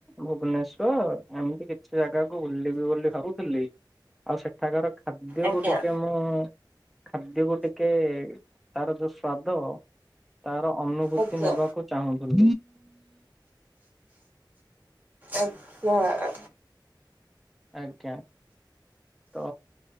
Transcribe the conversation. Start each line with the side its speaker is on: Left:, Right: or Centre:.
Centre: ଭୁବନେଶ୍ଵର ଏମିତି କି କିଛି ଜାଗାକୁ ବୁଲିବି ବୋଲି ମୁଁ ଭାବୁଥିଲି ଆଉ ସେଠାକାର ଖାଦ୍ୟକୁ
Right: ଆଜ୍ଞା
Centre: ଟିକେ ମୁଁ ଖାଦ୍ୟକୁ ଟିକେ ତାର ଯୋଉ ସ୍ଵାଦ ତାର ଅନୁଭୂତି
Right: ଆଜ୍ଞା
Centre: ନବାକୁ ଚାହୁଁଥୁ
Right: ଆଛା
Centre: ଆଜ୍ଞା ତ